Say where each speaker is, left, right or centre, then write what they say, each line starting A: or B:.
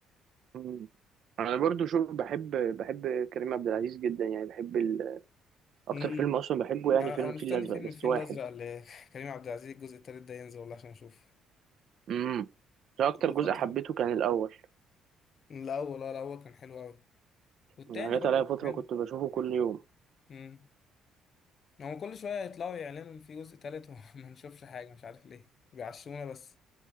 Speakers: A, on the right (about 65°); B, on the left (about 55°).
A: مم. انا برضو شوف بحب بحب كريم عبد العزيز جدا يعني بحب ال... اكتر
B: امم
A: فيلم اصلا بحبه يعني
B: أنا
A: فيلم
B: أنا
A: الفيل
B: مستني
A: الازرق
B: فيلم
A: بس
B: الفيل
A: واحد
B: الأزرق لكريم <laughs> عبد العزيز الجزء التالت ده ينزل والله عشان أشوف
A: امم ده اكتر
B: كل
A: جزء
B: فترة
A: حبيته كان الاول
B: الأول آه، الأول كان حلو أوي والتاني
A: يعني جت
B: برضه
A: عليا فتره
B: كان حلو
A: كنت بشوفه كل يوم
B: امم هو كل شوية يطلعوا يعلنوا إن في جزء تالت وما <laughs> نشوفش حاجة مش عارف ليه بيعشمونا بس